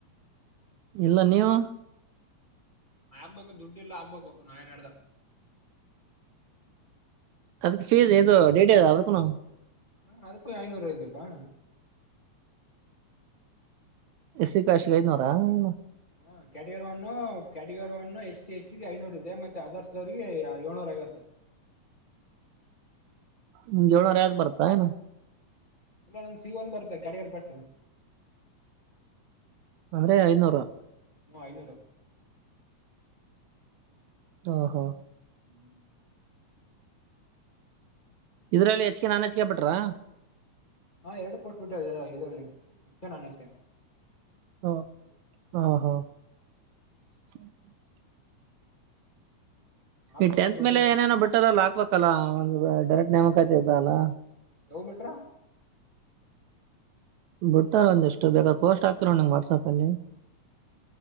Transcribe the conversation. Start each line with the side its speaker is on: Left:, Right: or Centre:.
Right: ಇಲ್ಲ ನೀವು
Left: ಆಗ್ಬೇಕು ದುಡ್ಡಿ ಇಲ್ಲಾ ಆಗ್ಬೇಕು ನಾಯ್ ನಡ್ದ
Right: ಅದಕ್ಕೆ ಫೀಸ್ ದೋ ಡಡಿ ಅದಕಣ
Left: ಹ ಅದಕ್ಕು ಐನೂರ ್ಪ್ಪಾ
Right: ಎಸ್ಸ ಕಾಶ್ಗ ಐದನೂರಾ ಏ
Left: ಹ category one category one H ಿ ಎಚ್ಿಗೆ ಐನೂರ ಇದೆ ಮತ್ತೆ ಅದರ್ಸ್ವ್ರರಿಗೆಿಗೆ ಏಳ್ನೂರ ಐವತ್ತು
Right: ್ ಜೋಳೋಾರ ಯ್ ಬರ್ತಾಏ
Left: ಇಲ್ಲ ನಂ್ಫ ಒಂದ ಬರುತ್ತೆ ಕಡೆಗಡೆ ಪ್ರಶ
Right: ಅಂದ್ರೆ ಐನೂರು
Left: ಹ್ಮ್ ಐನೂರು
Right: ಹ ಹಾ
Left: ಹ್ಮ್
Right: ಇದ್ರಲ್ಲಿ ಹೆಚ್ಿಕ ನಾನನ್ ಹೆಚ್ಕ ಬಿಟ್ರಾ
Left: ಹಾ ಎರಡು ಕೊೋಸ್ಬಿಟ್ಟ ಇದರಲ್ಲಿ ಅ ನಾನು ಅದಕ್ಕೆನೆ
Right: ಹ ಹ ಹ ಹ
Left: ಹಾಕ್ಬೇಕು
Right: ಈ ಟೆಂತ್
Left: ದುಡ್ಡು
Right: ಮೇಲೆ ಏನೇನೋ ಬಿಟ್ಟಾರ ಅಲ್ಲ ಹಾಕ್ಬೇಕಲ್ಲ ಒಂದು್ ಡರೆಕ್ಟ್ ನೇಮಕಾತಿ ಇದ್ದಲ್ಲಾ
Left: ಲವ್ ಮ್ಯಾಟ್ರ.
Right: ಬುಟ್ಟಾರ ಒಂದಷ್ಟು ಬೇಕಾದ ಪೋಸ್ಟ್ ಆಗ್ತಿರೋ ನೋಡ್ ವಾಟ್ಸ್ ಆಪ್ ಅಲ್ಲಿ.